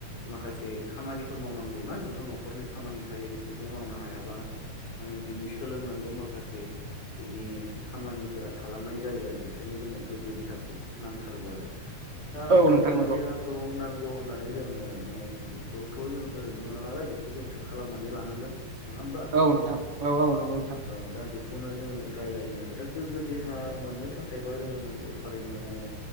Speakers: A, on the left (about 85°); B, on the right (about 50°).
A: माखासे खामानिफोर मावनांगौनाा जोंथ' न'खरनि खामानि थायो बेफोरखौ मावनो हायाबा माने बिनि सोलोंनांगौ माखासे बिनि खामानिफोरा थालांनाय जायो आरो बेखायनो जोंनो गोग्गो देहाखौ नांथारगौ आरो दा
B: औ
A: गोग्गो
B: नोंथां नंगौ
A: देहाखौ नांगौ होननानै जोङो माने बेखौथ' जों ओरैनो मोना नालाय बेखौ जोंसो खालामनानै लानांगोन नङा होमबा
B: औ नोंथां औ औ नंगौ नोंथां
A: औ दा बे बेखौनो जोङो रायज्लायनो आरो दा गोग्गो देहा मोननो थाखायबा जोङो नंगौ थारैनो माने